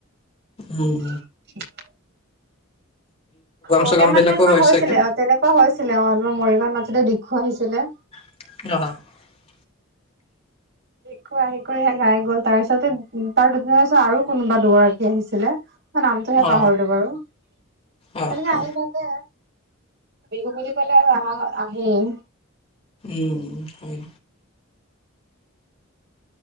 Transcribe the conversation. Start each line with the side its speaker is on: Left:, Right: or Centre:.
Left: উম
Right: <inaudible> প্ৰগ্ৰাম
Left: চগ্ৰাম বিলাকো
Right: এতে তোমাৰ
Left: হয়
Right: হৈছিলে
Left: চাগে
Right: অ তেনেকুৱা <inaudible> <inaudible> <inaudible> মৰিগাঁও <inaudible> <inaudible> আহিছিলে
Left: <inaudible>
Right: দেখো আহি কৰিহে ঘাই গ'ল তাৰ পিছতে তাৰ দুদিন পাছত আৰু কোনোবা দুগৰাকী আহিছিলে নামটোহে
Left: অ
Right: পাহৰিলো বাৰু তেনেকে
Left: অ
Right: আহি
Left: অ
Right: থাকে বিহু বুলি কলে আৰু আমাৰ ঘৰত আহেই
Left: উম হয়